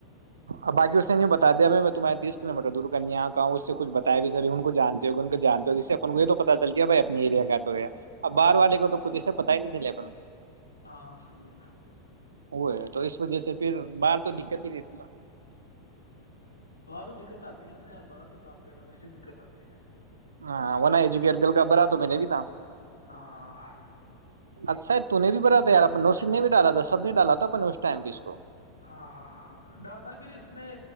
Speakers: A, on the right; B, on the left.
A: ا باقی اس نے نہیںی بتا دیا میں میں تس کل میٹر دوررن یہاں کہوں اس سے کچ بتایا بھی سب ان کو جانتے ہو ان کو جانتے ہو جس اپ کو یہ تو پتا چل گیا بھائی اپنے ایریا کا تو اب باہار والے کو تو کچھ اسے پتا ہی نہیں چلے پر
B: ہاں صیح ہے
A: وہ ہے تو اس وجہ سے پھر باہر تو دقت ہی رہتی ہے
B: باہر دقتتی ہے ن ار باہر تو کام کرنے میںیسے دقت آتی ہے شکریہ
A: ہاںن ایجوک دل کا بھرا تو میں نے بھی تھا
B: <inaudible>
A: اچھا تو نے بھی بڑ تھا یار نوسین نے بھی ڈالا تھا سب نے ڈالا تھا اپ اس ٹائم پہ اس کو
B: ہاں ہاں ہاں ڈالا تھا پھر اس میں